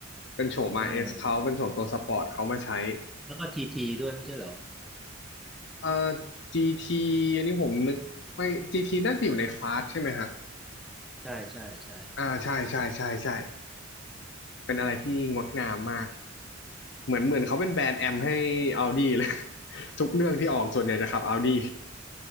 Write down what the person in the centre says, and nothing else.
เออ
แล้วก็ทีทีด้วยไม่ใช่เหรอ
ใช่ใช่ใช่